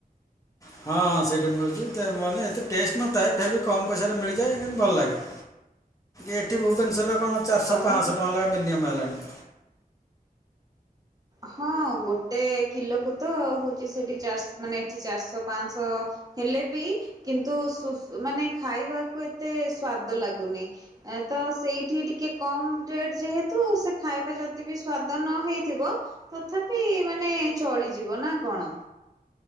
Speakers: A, on the left; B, on the right.
A: ହଁ ହଁ ସେଇଠି ମିଳୁଛି। ତେ ମାନେ ଏତେ ଟେଷ୍ଟ ନଥାଏ। ଫେର ବି କମ୍ ପଇସାରେ ମିଳିଯାଏ କିନ୍ତୁ ଭଲ ଲାଗେ। ଏଠି ଭୁବନେଶ୍ୱରରେ କଣ ଚାରିଶ,
B: ହଁ
A: ପାଞ୍ଚଶହ
B: ମୁଁ
A: ଟଙ୍କା ଲେଖା ମିନିମମ୍ ହେଲାଣି।
B: ହଁ ଗୋଟେ କିଲୋକୁ ତ ହଉଛି ସେଠି ଚାରିଶ ମାନେ ଏଠି ଚାରିଶହ, ପାଞ୍ଚଶହ। ହେଲେ ବି କିନ୍ତୁ ଶୁ ମାନେ ଖାଇବାକୁ ଏତେ ସ୍ଵାଦ ଲାଗୁନି। ତ ସେଇଠି ଟିକେ କମ ରେଟ ଯେହେତୁ ସେ ଖାଇବା ଯଦି ବି ସ୍ଵାଦ ନ ହେଇଥିବ- ତଥାପି ମାନେ ଚଳିଯିବ। ନା କଣ?